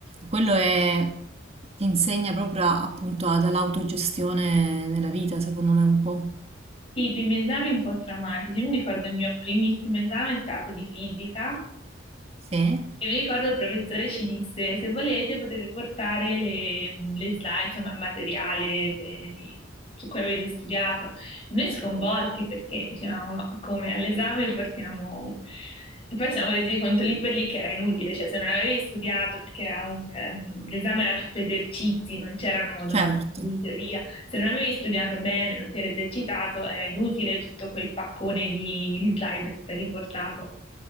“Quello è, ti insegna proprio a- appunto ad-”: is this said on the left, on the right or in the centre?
Right